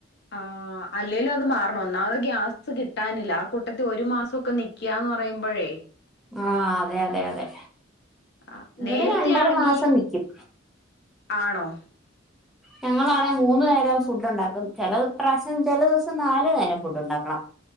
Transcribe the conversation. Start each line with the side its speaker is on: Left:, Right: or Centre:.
Left: ആ അല്ലേലും അത് മാറണം ഒന്നാത് ഗ്യാസ് കിട്ടാനില്ല ആ കൂട്ടത്തി ഒരു മാ സൊക്കെ നിക്ക്യാന്ന് പറയുമ്പോഴേ
Centre: ആ അതെ അതെ അതെ
Left: ആഹ്
Centre: ഇവിടെ
Left: നേരത്തെ
Centre: രണ്ടര
Left: ആണെങ്കി
Centre: മാസം നിക്കും.
Left: ആണോ
Centre: ഞങ്ങളാണെ മൂന്നു നേരം ഫുഡ് ഉണ്ടാക്കും. ചെല പ്രാശം ചെല ദിവസം നാല് നേരം ഫുഡ് ഉണ്ടാക്കണം.